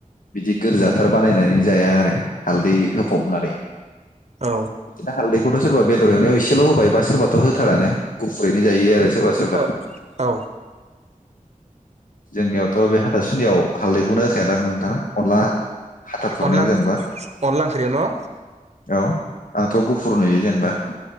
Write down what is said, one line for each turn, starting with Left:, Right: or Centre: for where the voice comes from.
Left: बिदि गोरजाथार बानायनानै जाया आरो। हालदै होफबनानै
Right: औ
Left: बिदिनो हालदै। थक्षसोरबा बेदर एनायाव एसेल होब बा सोरबा। होथारानो उखैनो जायो आरो सोरबा सोरबा।
Right: औ औ
Left: जोंनियावथ बे हाथासुनियाव हालदैखौनो होखायायाादों नोंथाङा अनला। हाथा खुरनायाव
Right: अनला
Left: जेनेबा
Right: अनला ओंख्रियाव न'
Left: औ आंथ गुफुर नुयो जेनेबा।